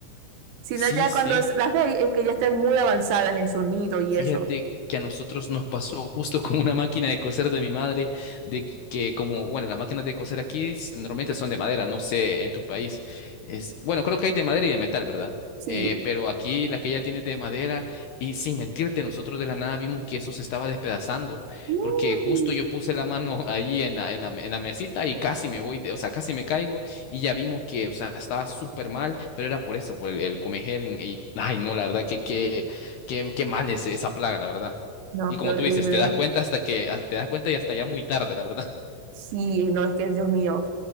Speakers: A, on the right (about 90°); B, on the left (about 65°).
A: Sino
B: Sí,
A: ya
B: sí.
A: cuando las veis es que ya están muy avanzadas en su nido y
B: Fíjate
A: eso.
B: que a nosotros nos pasó justo con una máquina de coser de mi madre, de que como, bueno, las máquinas de coser aquí s- normalmente son de madera, no sé, en tu país. Es, bueno, creo que hay de madera y de metal, ¿verdad?
A: Sí.
B: Eh, pero aquí la que ella tiene es de madera y sin mentirte, nosotros de la nada vimos que eso se estaba despedazando,
A: Mm.
B: porque justo yo puse la mano <laughs> ahí en la, en la, en la mesita y casi me voy, de- o sea, casi me caigo y ya vimos que, o sea, estaba súper mal, pero era por eso, por el, el comejel y, ay, no, la verdad que, que Qué, qué mal es esa plaga, la verdad.
A: No,
B: Y
A: qué
B: como
A: horrible.
B: tú dices, te das cuenta hasta que ah, te das cuenta y hasta ya muy tarde, la verdad. <laughs>
A: Sí, no, es que Dios mío.